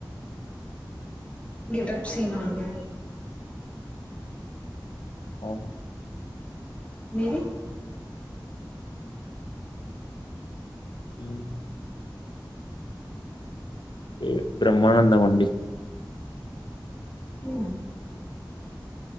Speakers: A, on the left; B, on the left.
A: గెట్ అప్ సీను అండి
B: అవును
A: మీది
B: ఉమ్ ఎ బ్రహ్మానందం అండి
A: ఉమ్